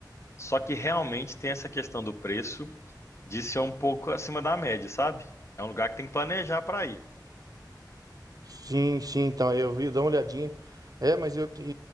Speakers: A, on the left; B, on the right.
A: só que realmente tem essa questão do preço de ser um pouco acima da média, sabe? É um lugar que tem que planejar para ir.
B: Sim, sim, então eu vi, dá uma olhadinha. É, mas eu e-